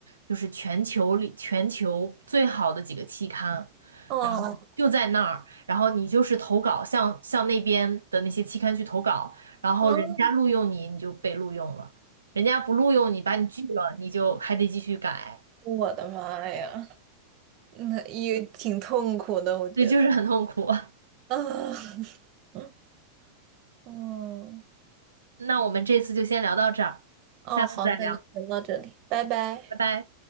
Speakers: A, on the right; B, on the right.
A: 就是全球里全球最好的几个期刊，
B: 哦，
A: 然后就在那儿，然后你就是投稿，向向那边的那些期刊去投稿，然后人家录用你，
B: 哦，
A: 你就被录用了；人家不录用你，把你拒了，你就还得继续改，
B: 我的妈呀，那也挺痛苦的，我觉得。
A: 对，就是很痛苦。<laughs>
B: 啊，<laughs> 嗯，
A: 那我们这次就先聊到这儿，
B: 哦，
A: 下次再聊，
B: 好，那就先到这里，拜拜。
A: 拜拜。